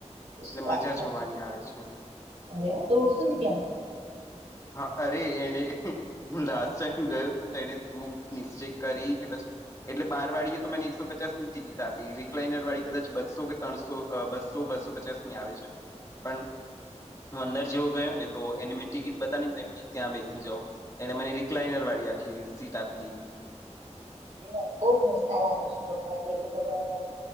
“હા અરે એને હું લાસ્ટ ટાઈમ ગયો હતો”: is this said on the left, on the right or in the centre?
Left